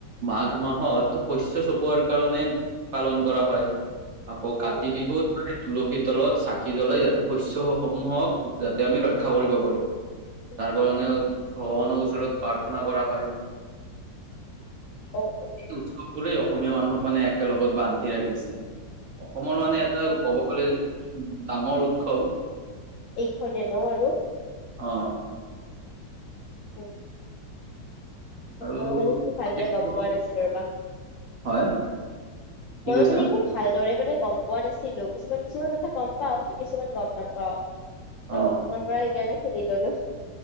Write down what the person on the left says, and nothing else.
অ
উম
অ অ
এইখনে ন আৰু
অ',
মইো মানে এইখিনি ভালদৰে গম
পোৱা নাছিলো, ৰবা
মইো
মানে এইখন ভালদৰে মানে গম পোৱা নাছিলো, কিছুমান, কিছুমান, কথা গম পাও ত কিছুমান গম নাপাও।
ত তমাৰ পৰা সেইকাৰনে সুধি ললো